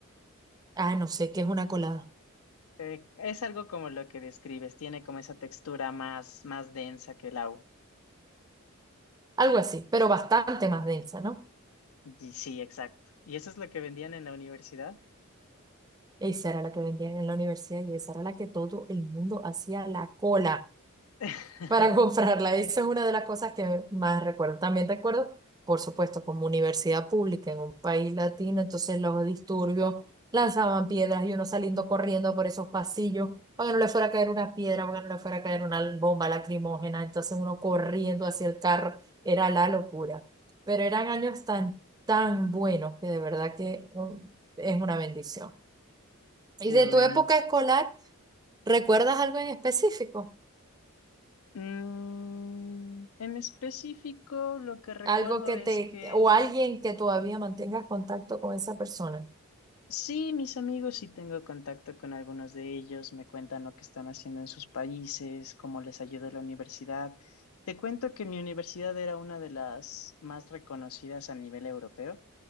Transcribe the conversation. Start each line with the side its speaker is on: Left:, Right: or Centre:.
Right: Ah, no sé qué es una colada.
Left: Eh, es algo como lo que describes. Tiene como esa textura más, más densa que el agua.
Right: Algo así, pero bastante más densa, ¿no?
Left: Y sí, exacto. ¿Y eso es lo que vendían en la universidad?
Right: Esa era la que vendían en la universidad y esa era la que todo el mundo hacía la cola.
Left: <laughs>
Right: para <laughs> comprarla. Esa es una de las cosas que más recuerdo. También recuerdo, por supuesto, como universidad pública en un país latino, entonces los disturbios lanzaban piedras y uno saliendo corriendo por esos pasillos, para que no le fuera a caer una piedra, para que no le fuera a caer una bomba lacrimógena, entonces uno corriendo hacia el carro, era la locura. Pero eran años tan, tan buenos que de verdad que um, es una bendición. ¿Y
Left: Qué
Right: de
Left: bueno.
Right: tu época escolar, recuerdas algo en específico?
Left: Mm, en específico, lo que recuerdo
Right: Algo que
Left: es
Right: te,
Left: que
Right: o alguien que todavía mantengas contacto con esa persona.
Left: Sí, mis amigos, sí tengo contacto con algunos de ellos, me cuentan lo que están haciendo en sus países, cómo les ayudó la universidad. Te cuento que mi universidad era una de las más reconocidas a nivel europeo,